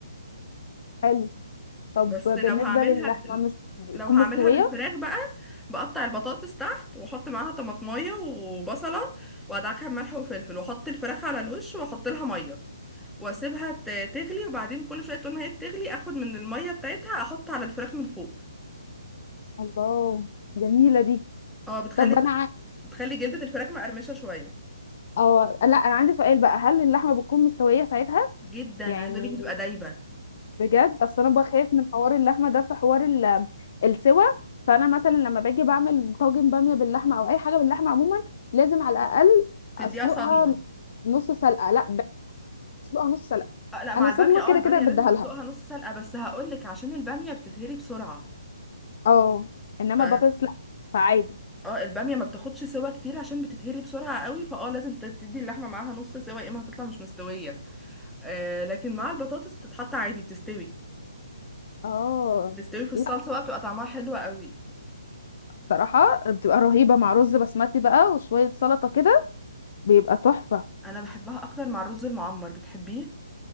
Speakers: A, on the left (about 50°); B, in the centre.
A: حلو طب
B: بس
A: بالنسبه
B: لو هعملها
A: للحمه
B: ب...
A: مش بتكون
B: لو هعملها
A: مستويه
B: بالفراخ بقى بقطع البطاطس تحت واحط معاها طماطمايه وبصله وادعكها بملح وفلفل واحط الفراخ على الوش واحط لها ميه واسيبها ت- تغلي وبعدين كل شويه طول ما هي بتغلي اخد من الميه بتاعتها احط على الفراخ من فوق
A: الله جميلة دي
B: اه بتخلي
A: طب انا ع-
B: بتخلي جلدة الفراخ مقرمشه شويه
A: اه لا انا عندي سؤال بقى هل اللحمه بتكون مستويه ساعتها
B: جدا
A: يعني
B: عايزه اقول لك بتبقى دايبه
A: بجد اصل انا بخاف من حوار اللحمه ده في حوار ال- السوا فانا مثلا لما باجي بعمل طاجن باميه باللحمه او اي حاجه باللحمه عموما لازم على الاقل
B: تديها
A: اسلقها
B: صدمه
A: نص سلقه لا ب- اسلقها نص سلقه
B: آه، لا مع
A: انا
B: البامية
A: صدمه
B: اه
A: كده
B: البامية
A: كده بديها
B: لازم بسلقها
A: لها
B: نص سلقة بس هقولك عشان البامية بتتهري بسرعة
A: اه انما
B: ف
A: البطاطس لا فعادي
B: اه البامية ما بتاخدش سوا كتير عشان بتتهري بسرعة قوي فاه لازم ت- تدي اللحمة معاها نص سوا يا اما هتطلع مش مستوية آه لكن مع البطاطس بتتحط عادي بتستوي
A: اه
B: بتستوي في الصلصة
A: لا
B: بقى بتبقى طعمها حلو قوي
A: بصراحه بتبقى رهيبه مع رز بسمتي بقى وشويه سلطه كده بيبقى تحفه
B: انا بحبها اكتر مع الرز المعمر بتحبيه